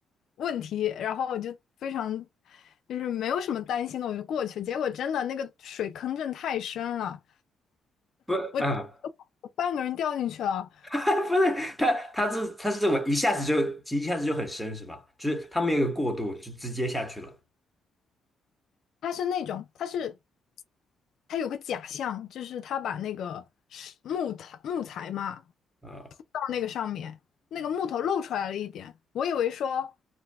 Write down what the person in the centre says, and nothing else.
不啊，
<laughs> 不是他他是他是这么一下子就一下子就很深是吧？就是他没有一个过渡，就直接下去了。
呃，